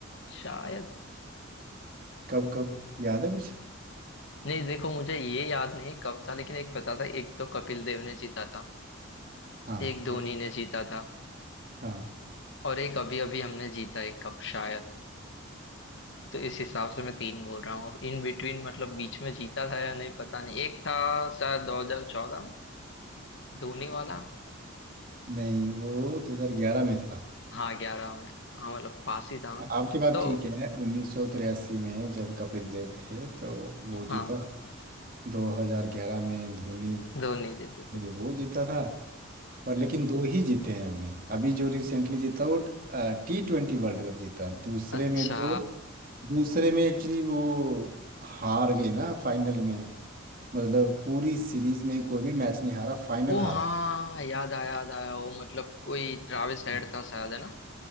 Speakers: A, on the left; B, on the right.
A: शायद
B: कब कब याद है कुछ
A: नहीं देखो मुझे ये याद नहीं कब था लेकिन एक पता था एक तो कपिल देव ने जीता था
B: हाँ
A: एक धोनी ने जीता था
B: हाँ
A: और एक अभी अभी हमने जीता एक कप शायद तो इस हिसाब से मैं तीन बोल रहा हूँ इन बिटवीन मतलब बीच में जीता था या नहीं पता नहीं एक था शायद 2014 में धोनी वाला
B: नहीं वो 2011 में था
A: हाँ ग्यारह में हाँ मतलब पास ही था मैं
B: आपकी बात
A: तो
B: ठीक है 1983 में जब कपिल देव थे
A: हम्म।
B: तो वो
A: हाँ
B: जीता था 2011 में धोनी
A: दो नहीं जीते थे
B: ये वो जीता था पर लेकिन
A: हम्म
B: दो ही जीते हैं हमने अभी जो रिसेंटली जीता वो टी ट्वेंटी वर्ल्ड कप जीता दूसरे
A: अच्छा
B: में तो दूसरे में एक्चुअली वो हार गए ना फाइनल में मतलब पूरी सीरीज में कोई भी मैच नहीं हारा फाइनल
A: ओ
B: हार
A: हाँ
B: गए
A: याद आया याद आया वो मतलब कोई ट्रैविस हेड
B: हाँ
A: था शायद है ना